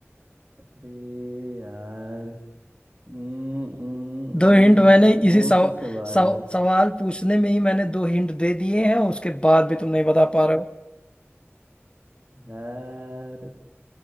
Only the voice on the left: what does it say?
दो
हिंट मैंने
इसी
सव,
सव,
सवाल पूछने में ही मैंने दो हिंट दे दिए हैं उसके बाद भी तुम नहीं बता पा रहे